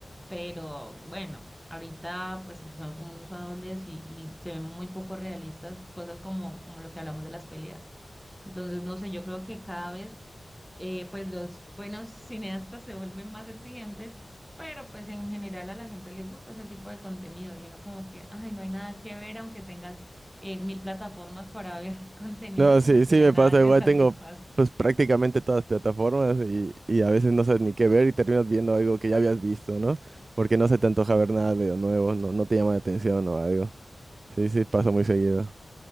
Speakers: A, in the centre; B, on the right.
A: pero bueno, ahorita pues empezando todo el mundo usa dobles y, y se ven muy poco realistas cosas como, como lo que hablamos de las peleas. Entonces, no sé, yo creo que cada vez eh, pues los buenos cineastas se vuelven más exigentes, pero pues en general a la gente le gusta ese tipo de contenido y uno como que, ay, no hay nada que ver, aunque tengas eh, mil plataformas para ver <laughs> contenido,
B: No,
A: como
B: sí,
A: que
B: sí
A: ya
B: me
A: nada
B: pasa,
A: te
B: igual
A: satisface.
B: tengo pues prácticamente todas las plataformas y, y a veces no sabes ni qué ver y terminas viendo algo que ya habías visto, ¿no? Porque no se te antoja ver nada de lo nuevo, no, no te llama la atención o algo. Sí, sí, pasa muy seguido.